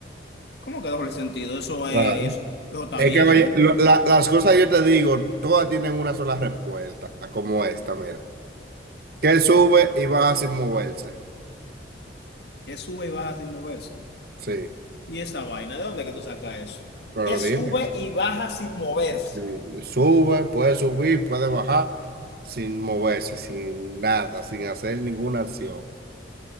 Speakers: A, on the left; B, on the right.
A: ¿Cómo que doble sentido? Eso es
B: Claro.
A: eso. Eso está
B: Es
A: bien,
B: que, oye,
A: ¿eh?
B: lo- la- las cosas yo te digo, todas tienen una sola respuesta, como esta, mira. Que sube y baja sin moverse.
A: Es sube y baja sin moverse.
B: Sí,
A: ¿Y esa vaina? ¿De dónde es que tú sacas eso?
B: pero
A: Que sube
B: dime,
A: y baja sin moverse
B: si sube, puede subir, puede bajar sin moverse, sin nada, sin hacer ninguna acción.